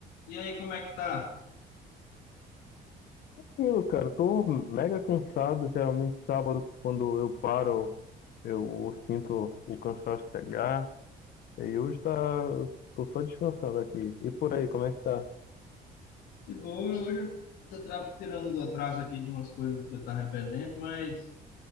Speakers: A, on the left; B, on the left.
A: E aí, como é que tá?
B: Tranquilo, cara. Tô mega cansado. Geralmente sábado, quando eu paro, eu sinto o cansaço chegar. E aí hoje tá, tô só descansando aqui. E por aí, como é que tá?
A: De boa, hoje eu tô tra- tirando do atraso aqui de umas coisas que eu tava pendente, mas